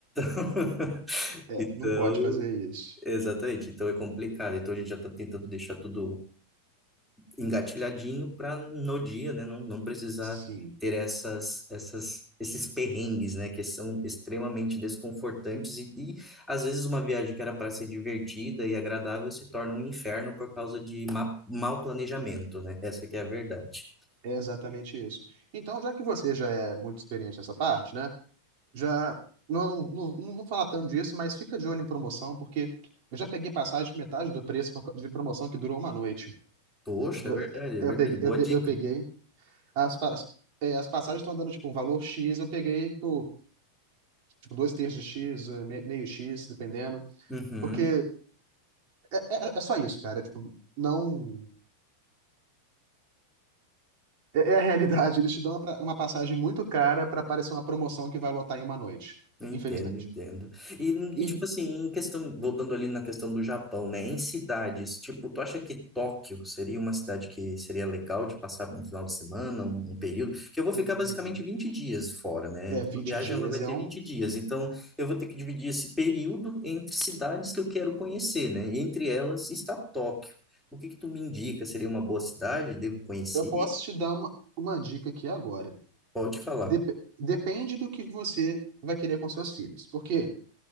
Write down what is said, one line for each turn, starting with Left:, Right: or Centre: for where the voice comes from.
Centre: <laughs> Então,
Right: É,
Centre: então
Right: não pode fazer isso.
Centre: Exatamente, então é complicado. Então a gente já está tentando deixar tudo engatilhadinho para no dia, né, não, não precisar
Right: Sim,
Centre: ter essas, essas, esses perrengues, né, que são extremamente desconfortantes e, e às vezes uma viagem que era para ser divertida e agradável se torna um inferno por causa de ma mau planejamento, né? Essa que é a verdade.
Right: é exatamente isso. Então, já que você já é muito experiente nessa parte, né? Já não, não, não vou falar tanto disso, mas fica de olho em promoção, porque eu já peguei passagem de metade do preço por causa de promoção que durou uma noite.
Centre: Poxa,
Right: Tipo,
Centre: é verdade,
Right: eh,
Centre: é
Right: eu
Centre: verdade.
Right: peguei,
Centre: Boa
Right: eu pe-
Centre: dica.
Right: eu peguei as, pa- eh, as passagens estão dando tipo um valor X, eu peguei por tipo dois terços de X, eh, me- meio X, dependendo,
Centre: Uhum.
Right: porque é, é, é só isso, cara. Tipo, não é, é a <laughs> realidade. Eles te dão uma, pra- uma passagem muito cara para parecer uma promoção que vai lotar em uma noite,
Centre: Entendo,
Right: infelizmente.
Centre: entendo. E,
Right: E
Centre: e, tipo assim, em questão, voltando ali na questão do Japão, né? Em cidades, tipo, tu acha que Tóquio seria uma cidade que seria legal de passar um final de semana, um, um período? Porque eu vou
Right: hum,
Centre: ficar basicamente 20 dias fora, né?
Right: é
Centre: Então,
Right: vinte
Centre: a viagem
Right: dias,
Centre: ela vai
Right: é
Centre: ter
Right: um
Centre: 20 dias. Então, eu vou ter que dividir esse período entre cidades que eu quero conhecer, né? E entre elas está Tóquio. O que que tu me indica? Seria uma boa cidade? Devo conhecer?
Right: Eu posso te dar uma, uma dica aqui agora.
Centre: Pode falar.
Right: Dep- depende do que você vai querer com seus filhos. Porque